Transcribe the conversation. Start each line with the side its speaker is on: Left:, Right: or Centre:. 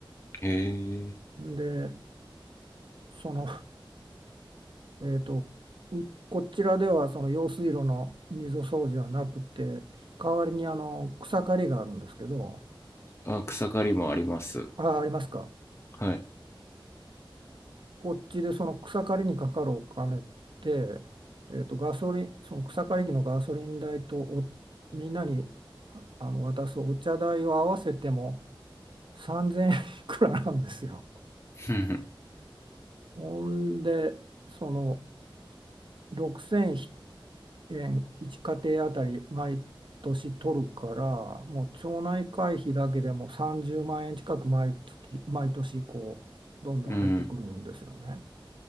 Left: へえ。
Right: でそのえーと、うこちらではその用水路の溝掃除はなくて、代わりにあの草刈りがあるんですけど、
Left: あ、草刈りもあります。
Right: あ、ありますか。
Left: はい。
Right: こっちでその草刈りにかかるお金って、えーと、ガソリン、その草刈り機のガソリン代とおみんなにああの渡すお茶代を合わせても3000円いくらなんですよ。
Left: ふんふん
Right: ほんで、その6 0 0円1家庭あたり毎年取るから、もう町内会費だけでも30万円近く毎月、毎年こう、どんどん入ってくるんですよね。
Left: うん。